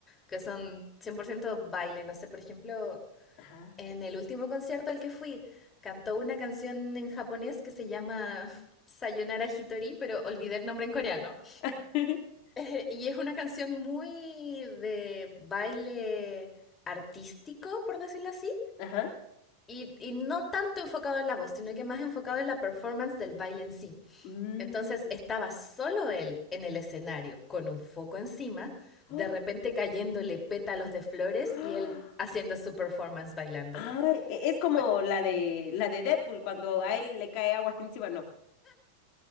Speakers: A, on the left (about 20°); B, on the left (about 40°).
A: que son 100% baile. No sé, por ejemplo,
B: Ajá.
A: en el último concierto al que fui, cantó una canción en japonés que se llama <laughs> Sayonara Hitori, pero olvidé el nombre en coreano.
B: <laughs>
A: <laughs> Y es una canción muy de baile artístico, por decirlo así,
B: Ajá.
A: y, y no tanto enfocado en la voz, sino que más enfocado en la performance del baile en sí.
B: Mm.
A: Entonces estaba solo él en el escenario, con un foco encima, de
B: ¡Oh!
A: repente cayéndole pétalos de flores
B: ¡Ah!
A: y él haciendo su performance bailando.
B: Ay, e- es como
A: Fue-
B: la de la de Deadpool cuando a él le cae agua <laughs> encima, no.